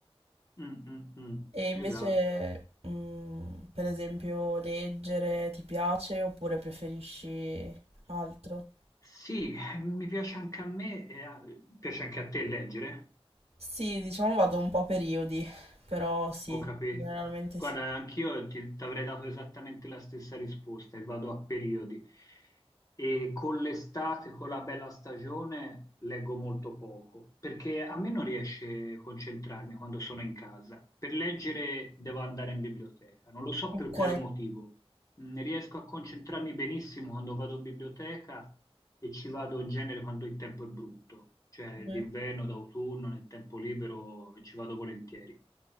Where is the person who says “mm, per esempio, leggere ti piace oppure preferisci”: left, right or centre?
Right